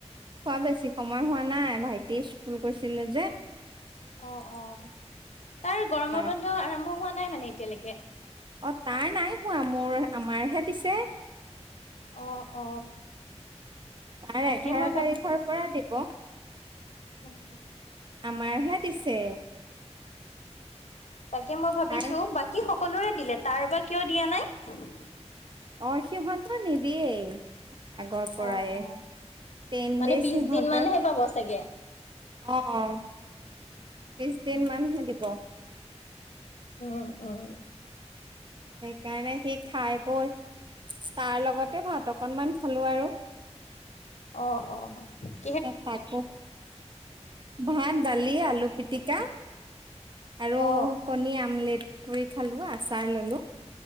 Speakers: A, on the right; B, on the left.
A: খোৱা বেছি সময় হোৱা নাই ভাইটিয়ে স্কুল কৈছিলে যে
B: অ অ তাৰ গৰমৰ
A: তাত
B: বন্ধ আৰম্ভ হোৱা নাই মানে এতিয়ালৈকে
A: অ তাৰ নাই হোৱা মোৰ আমাৰহে দিছে।
B: অ অ
A: তাইৰ
B: তাকে
A: এঘাৰ
B: মই
A: তাৰিখৰ পৰা দিব-
B: উম হুম
A: আমাৰহে দিছে।
B: তাকে মই ভাবিছো,
A: তাৰ
B: বাকী সকলোৰে দিলে তাৰ বা কিয় দিয়া নাই।
A: অঁ', সিহঁতে নিদিয়েই। আগৰ পৰাই,
B: অ অ
A: টেইন
B: মানে
A: ডেইজ
B: বিশ
A: সিহঁতৰ।
B: দিন মানহে
A: অঁ',
B: পাব চাগে।
A: -অঁহ', -বিশ দিন মান থাকিব।
B: উম-উম।
A: সেইকাৰণে সি খাই বৈ তাৰ লগতে ভাত অকণমান খালো আৰু।
B: অঁহ', -অঁহ', -।
A: তাকো, ভাত, দালি, আলু পিটিকা। আৰু
B: অ
A: কণী আমলেট কৰি খালো আচাৰ ল'লো।